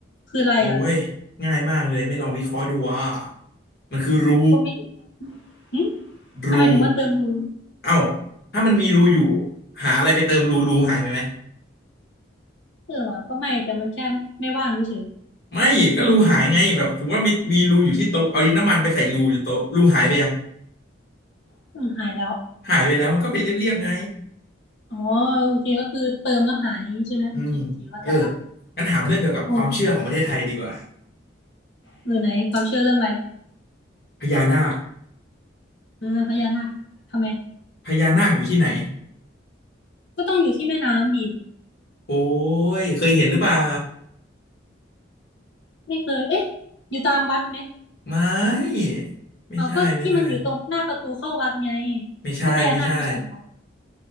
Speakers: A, on the left; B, on the left.
A: คืออะไรอ่ะ
B: โอ้ยง่ายมากเลยไม่ลองวิเคราะห์ดูว่ามันคือรู
A: ก็ไม่หึ
B: รู
A: ทำไมถึงว่าเติมดู
B: เอ้าถ้ามันมีรูอยู่หาอะไรไปเติมรูรูหายไปไหม
A: เออวะก็ไม่แต่มันแค่ไม่ว่างเฉย
B: ไม่ก็รูหายไงแบบสมมติว่ามีมีรูอยู่ที่โต๊ะเอาดินน้ำมันไปใส่รูอยู่โต๊ะรูหายไปยัง
A: ๆอืมหายแล้ว
B: หายไปแล้วมันก็เป็นเรียบๆไง
A: อ๋อโอเคก็คือเติมแล้วหายใช่ไหมโอเคโอเคเข้าใจละ
B: อืมเอองั้นถามเรื่องเกี่ยวกับความเชื่อของประเทศไทยดีกว่า
A: โอ้เออไหนความเชื่อเรื่องอะไร
B: พญานาค
A: เออพญานาคทำไม
B: พญานาคอยู่ที่ไหน
A: ก็ต้องอยู่ที่แม่น้ำดิ
B: โอ้ยเคยเห็นหรือเปล่า
A: ไม่เคยเอ๊ะอยู่ตามวัดไหม
B: ไม่ไม่ใช่ไม่ใช่
A: เอาก็ที่มันอยู่ตรงหน้าประตูเข้าวัดไง
B: ไม่ใช่ไม่ใช่
A: ก็พญานาคไม่ใช่เหรอ